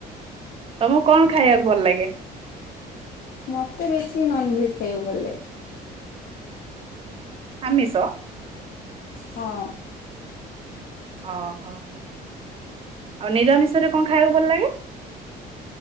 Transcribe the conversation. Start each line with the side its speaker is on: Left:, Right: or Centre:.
Right: ତମକୁ କଣ ଖାଇବାକୁ ଭଲ ଲାଗେ?
Left: ମତେ ବେଶୀ ନନଭେଜ ଖାଇବାକୁ ଭଲଲାଗେ।
Right: ଆମିଷ।
Left: ହଁ
Right: ଓହୋ ଆଉ ନିରାମିଷରେ କଣ ଖାଇବାକୁ ଭଲ ଲାଗେ?